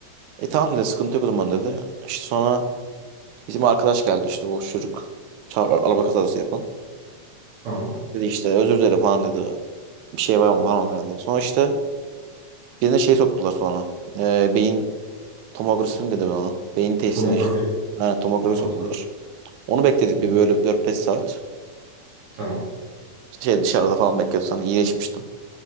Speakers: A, on the right (about 85°); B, on the right (about 70°).
A: E tamam dedi sıkıntı yok o zaman dedi. İşte sonra bizim arkadaş geldi işte o çocuk. Çarp, araba kazası yapan.
B: Tamam.
A: Dedi işte özür dilerim falan dedi. Bir şey var mı var mı falan dedi. Sonra işte birine şey soktular sonra. Ee, beyin tomografi mi dedi bana. Beyin testine
B: Tomografi.
A: işte. Aynen tomografi
B: Tomografi.
A: soktular. Onu bekledik
B: Hı hı.
A: bir böyle dört beş saat.
B: Tamam.
A: İşte şey dışarıda falan bekledik sonra iyileşmiştim.